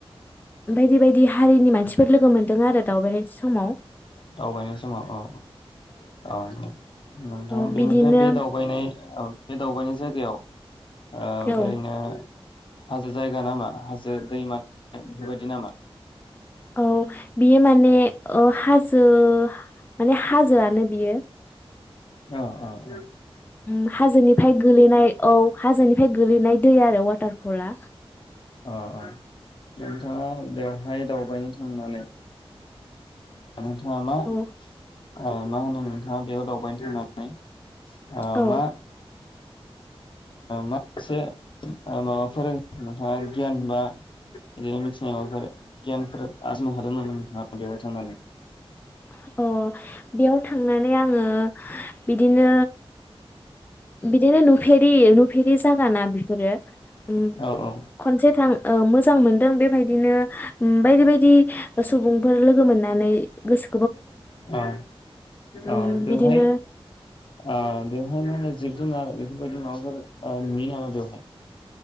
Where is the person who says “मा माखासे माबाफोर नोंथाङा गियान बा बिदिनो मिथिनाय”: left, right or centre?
Left